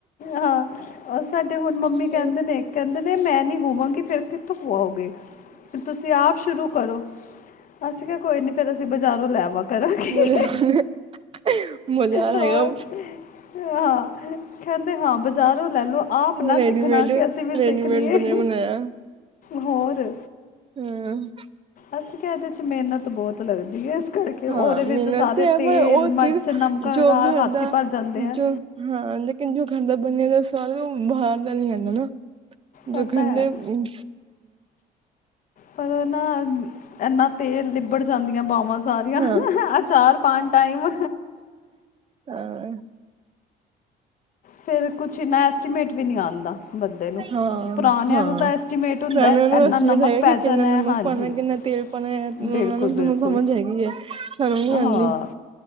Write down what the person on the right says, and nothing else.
ਹਾਂ
ਮੁਲਾਲ ਮੁਲਾਲ
ਹੈਗਾ
ਰੈਡੀਮੇਡ
ਰੈਡੀਮੇਡ
ਬਣਿਆ ਬਣਾਇਆ
ਹੂੰ।
ਹਾਂ ਮਿਹਨਤ
ਤੇ ਹੈ
ਪਰ ਉਹ
ਚੀਜ਼
ਜੋ
ਘਰ
ਦਾ
ਜੋ ਹਾਂ, ਲੇਕਿਨ ਜੋ ਖਾਂਦਾ ਬਣੇ ਦਾ ਚੱਲ, ਬਾਹਰ ਦਾ ਨੀ ਆਦਾ, ਨਾ ਜੋ
ਕੈਹਦੇ
ਹੂੰ
ਹਾਂ
ਹਾਂ।
ਹਾਂ
ਹਾਂ
ਸਾਨੂੰ ਉਹਨੂੰ
ਐਸਟੀਮੇਟ
ਹੈਗਾ
ਕਿ
ਕਿੰਨਾ ਨਮਕ
ਪਾਉਣਾ ਕਿੰਨਾ ਤੇਲ ਪਾਣਾ, ਏਨਾ
ਨੂੰ
ਸਮਝ ਹੈਗੀ ਹੈ। ਸਾਨੂੰ ਨੀ ਆਉਂਦੀ